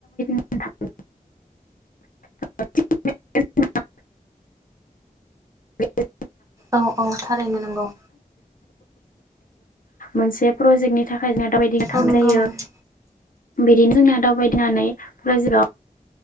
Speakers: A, on the left; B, on the right.
A: <unintelligible> औ <unintelligible>
B: औ औ थारैनो नोंगौ
A: मोनसे प्रजेक्टनि थाखाय जोंहा दाबायदिनो थांनाय
B: औ नंगौ
A: जायो
B: नंगौ
A: बिदिनो जोंना दावबाय दिंनानै <unintelligible>